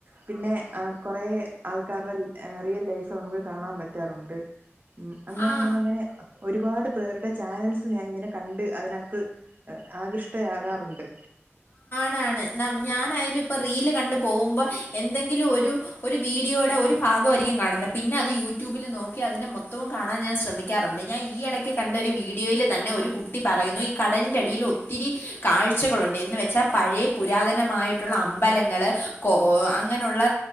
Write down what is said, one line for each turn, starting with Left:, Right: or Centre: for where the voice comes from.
Right: പിന്നെ പിന്നെ അ കൊറെ അ ആൾക്കാരുടെ റിയൽ ലൈഫ് ഒക്കെ കാണാൻ പറ്റാറുണ്ട് ഉം അങ്ങനെങ്ങനെ
Left: ആ
Right: ങ്ങനെ ഒരു പാട് പേരുടെ ചാനൽസ് ഞാൻ ഇങ്ങനെ കണ്ട് അതിനകത്ത് ആകഷ്ടയാകാറുണ്ട്
Left: കാണ് ഞാനായാലും ഇപ്പോൾ റീൽ കണ്ടു പോകുമ്പോൾ എന്തെങ്കിലും ഒരു ഒരു വീഡിയോയുടെ ഒരു ഭാഗമായിരിക്കും കാണുന്നത് പിന്നെ അത് യൂട്യൂബിൽ നോക്കി അതിൻ്റെ മൊത്തവും കാണാൻ ഞാൻ ശ്രമിക്കാറുണ്ട് ഞാൻ ഈ ഇടയ്ക്ക് കണ്ട ഒരു വീഡിയോയിൽ തന്നെ ഒരു കുട്ടി പറയുന്നു ഈ കടലിൻ്റെ അടിയിൽ ഒത്തിരി കാഴ്ചകളുണ്ട് എന്നന്ന് വെച്ചാൽ പഴയ പുരാതനമായിട്ടുള്ള അമ്പലങ്ങള്ൾ അങ്ങനെയുള്ള